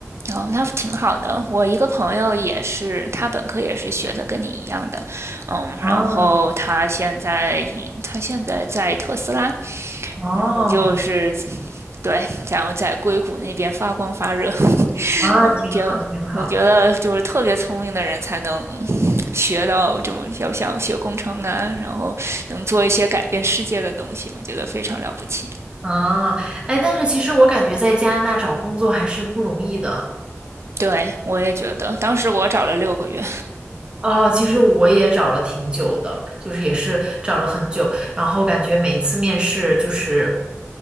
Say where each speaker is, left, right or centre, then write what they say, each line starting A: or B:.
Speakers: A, on the right (about 60°); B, on the right (about 20°).
A: 哦，那挺好的。我一个朋友也是，他本科也是学的跟你一样的，嗯，
B: 啊，
A: 然后他现在已他现在在特斯拉，
B: 哦，
A: 我就是对，然后在硅谷那边发光发热。<laughs>
B: 啊，
A: 我们就我觉得就是特别聪明的人才能
B: 挺好，挺好。
A: 学到这么要想学工程啊，然后能做一些改变世界的东西，我觉得非常了不起。
B: 啊，哎，但是其实我感觉在加拿大找工作还是不容易的。
A: 对，我也觉得，当时我找了六个月。
B: 哦，其实我也找了挺久的，就是也是找了很久，然后感觉每一次面试就是，